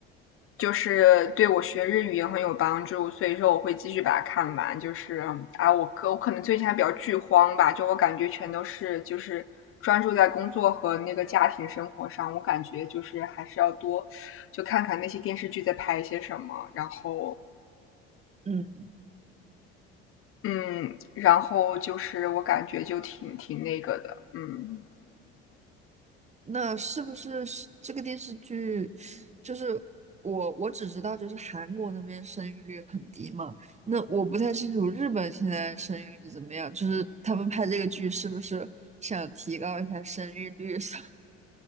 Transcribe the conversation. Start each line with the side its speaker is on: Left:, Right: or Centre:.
Left: 就是对我学日语也很有帮助，所以说我会继续把它看完。就是啊，我可我可能最近还比较剧荒吧，就我感觉全都是就是专注在工作和那个家庭生活上，我感觉就是还是要多就看看那些电视剧在拍一些什么，然后
Right: 嗯。
Left: 嗯，然后就是我感觉就挺挺那个的，嗯。
Right: 那是不是是这个电视剧？就是我我只知道，就是韩国那边生育率很低嘛。那我不太清楚日本现在生育率怎么样，就是他们拍这个剧是不是想提高一下生育率上？